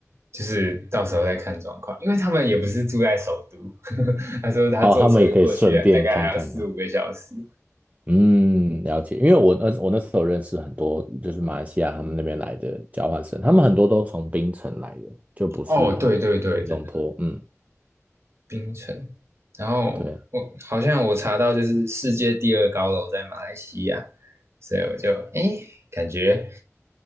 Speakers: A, on the right; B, on the right.
A: 就是到时候再看状况，因为他们也不是住在首都，<laughs> 他说他坐车过去大概还要四五个小时。
B: 哦，他们也可以顺便看看的。嗯，了解。因为我那我那时候认识很多，就是马来西亚他们那边来的交换生，他们很多都从槟城来的，就不是
A: 哦，对对对，
B: 吉隆坡。
A: 真的，
B: 嗯，
A: 冰城，然后我好像我查到就是世界第二高楼在马来西亚，
B: 对啊。
A: 所以我就诶感觉